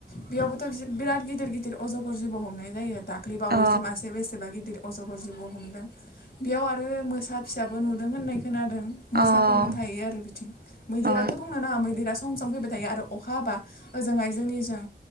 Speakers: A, on the left; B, on the right.
A: बेयावबोथ जिब' बिराद गिदिर गिदिर अजगर गर जिबौ' हमनाय जायो। दाख्लै बावैसो
B: अ
A: मासे बेसेबा गिदिर अजगर जिबौ' हमदों। बेयाव आरो मोसा फिसाबो नुदों होननाय खोनादों। मोसाफोरबो
B: अ
A: थायो आरो बिथिं। मैदेराथ'
B: अ
A: बुंनो नाङा, मैदेरा सम सम फैबाय थायो आरो अखा हाबा, ओजोंहाय जोंनिजों